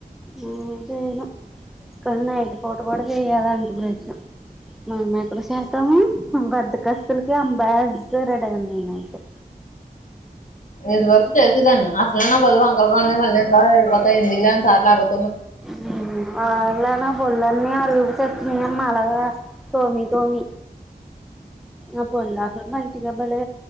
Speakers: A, in the centre; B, on the left (about 55°).
A: ఆ పోయిన కానీ నైట్ పూట కూడా చెయ్యాదు అంట బ్రష్ మనం ఎప్పుడు చే చేత్తమ్ బద్దకస్తులకి అంబాసి డర్ నేనైతే
B: ఏదివర్ చేసేదాన్ని అసలు నా పళ్ళు వంకలు పోయిన్నాయి మళ్ళీ ఇంకా పంది అంత సార్లా <unintelligible>
A: హు ఆన్లైన్ బోలానీ రూప చెప్పిందమ్మ అలగా తోమి తోమి అ పుల్లాతో మంచిగా బలే